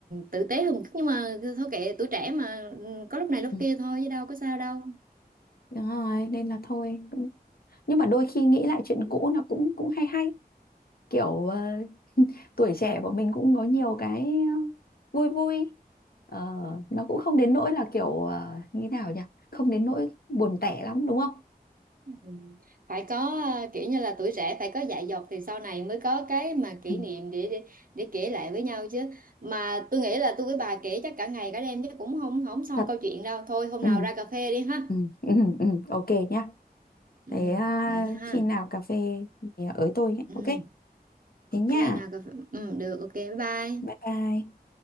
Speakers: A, on the right (about 60°); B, on the left (about 65°).
A: tử tế hơn một chút nhưng mà thôi kệ tuổi trẻ mà ừ, có lúc này lúc
B: ừ.
A: kia thôi chứ đâu có sao đâu
B: đúng rồi nên là thôi nhưng mà đôi khi nghĩ lại chuyện cũ nó cũng cũng hay hay kiểu ờ, <laughs> tuổi trẻ của mình cũng có nhiều cái ờ, vui vui Ờ, nó cũng không đến nỗi là kiểu ờ, như thế nào nhỉ không đến nỗi buồn tẻ lắm đúng không
A: Ừ. Phải có ờ, kiểu như là tuổi trẻ phải có dại dột thì sau này mới có cái mà kỷ
B: ừ,
A: niệm để để, để kể lại với nhau chứ mà tôi nghĩ là tôi với bà kể chắc cả ngày cả đêm chứ cũng không không xong
B: thật
A: câu chuyện đâu thôi hôm
B: ừ,
A: nào ra cà phê đi ha
B: ừ, ừ, ừ, ok nhá
A: ừ
B: thế à,
A: vậy nha ha
B: khi nào cà phê thì ới tôi nhé.
A: ừ
B: ok thế
A: ok
B: nha
A: nào cà phê ừ được ok bye bye
B: bye bye